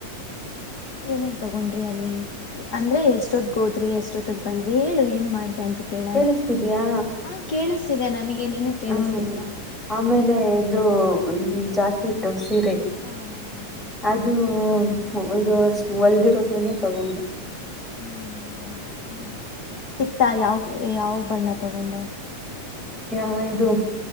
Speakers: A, on the left; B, in the centre.
A: ಏನೇನ್ ತಗೊಂಡ್ರಿ ಅಲ್ಲಿ ಅಂದ್ರೆ ಎಷ್ಟೊತ್ಗ ಹೋದ್ರಿ ಎಷ್ಟೊತ್ತಗ್ ಬಂದ್ರಿ ಹೇಳು ಏನ್ ಮಾಡ್ದ ಅಂತ. ಕೇಳೋಣ
B: ಕೇಳಿಸ್ತಿದ್ಯಾ
A: ಹ ಕೇಳಿಸ್ತಿದೆ ನನಗೆ ನೀನಗ ಕೇಳಿಸ್ತಿದೀಯಾ.
B: ಹ. ಆಮೇಲೆ ಇದು ಜಾಕೆಟ್ ಸೀರೆಗೆ.
A: ಹಾ ಹಾ ಹಾ ಹಾ.
B: ಅದು ಇದು ಅಷ್ಟ ಹೊಲ್ದಿರೋದನ್ನೇ ತಗೊಂಡೆ.
A: ಹ್ಮ್ ಹ್ಮ್ ಹೌದಾ ಸಿಕ್ತಾ ಯಾವ ಯಾವ ಬಣ್ಣ ತಗೊಂಡೆ.
B: ಹ ಇದು